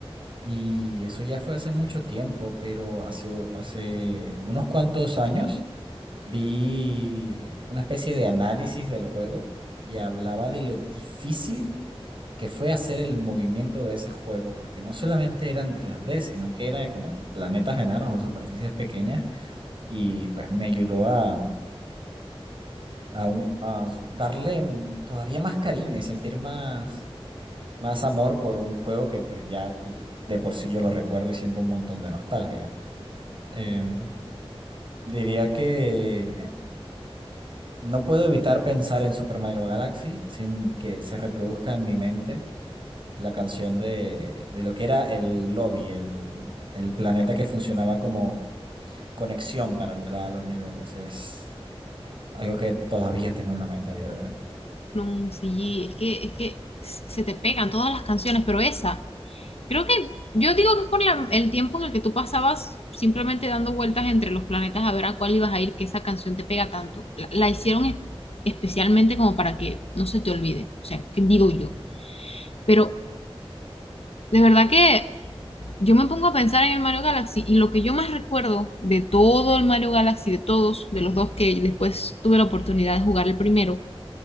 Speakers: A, on the right (about 55°); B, on the left (about 75°).
A: Y eso ya fue hace mucho tiempo, pero hace, hace unos cuantos años vi una especie de análisis del juego y hablaba de lo difícil que fue hacer el movimiento de ese juego, porque no solamente eran tres d sino que era como en planetas enanos o superficies pequeñas y pues me ayudó a, a, un- a darle mm, todavía más cariño y sentir más, más amor por un juego que pues ya de por sí yo lo recuerdo y siento un montón de nostalgia. Em, diría que no puedo evitar pensar en Super Mario Galaxy sin que se reproduzca en mi mente la canción de, de lo que era el lobby, el, el planeta que funcionaba como conexión para entrar a los niveles. Es algo que todavía tengo en la mente a día de hoy.
B: No, sí, es que, es que se te pegan todas las canciones, pero esa, creo que yo digo que es por la- el tiempo en el que tú pasabas simplemente dando vueltas entre los planetas a ver a cuál ibas a ir, que esa canción te pega tanto. La, la hicieron es- especialmente como para que no se te olvide, o sea, que digo yo. Pero de verdad que yo me pongo a pensar en el Mario Galaxy y lo que yo más recuerdo de todo el Mario Galaxy, de todos, de los dos que después tuve la oportunidad de jugar el primero,